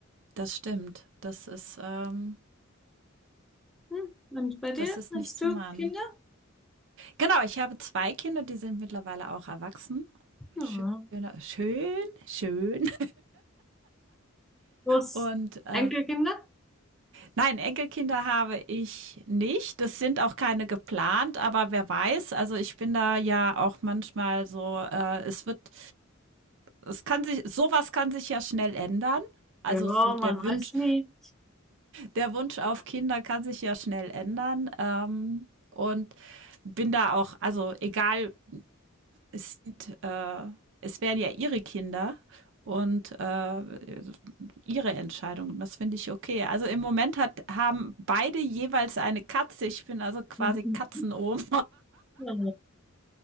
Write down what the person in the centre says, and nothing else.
Hm. Und bei dir?
Hast
du
Kinder?
Ja.
Was?
Enkelkinder?
Ja,
man
weiß nie.
<laughs>
Ja.